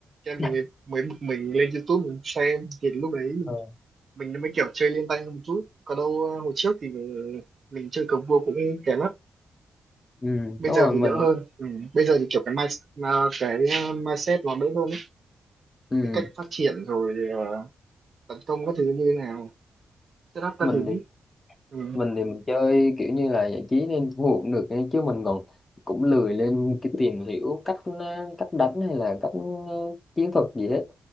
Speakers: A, on the right; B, on the left.
A: Thế em
B: <laughs>
A: mình mới mới bực mình lên YouTube mình xem thì lúc đấy mình,
B: Ờ.
A: mình mới kiểu chơi lên tay hơn một chút còn đâu ờ, hồi trước thì mình, mình chơi cờ vua cũng kém lắm
B: ừ,
A: bây
B: đúng
A: giờ
B: rồi
A: thì
B: mình
A: đỡ hơn ừ. bây giờ thì kiểu cái mindset ờ, cái ờ, mindset nó đỡ hơn ấy
B: ừ.
A: biết cách phát triển rồi ờ, tấn công các thứ như thế nào setup các
B: mình
A: thứ ừ.
B: mình thì mình chơi kiểu như là giải trí nên thu hút được ấy, chứ mình còn cũng lười lên cái tìm hiểu cách cách đánh hay là cách chiến thuật gì hết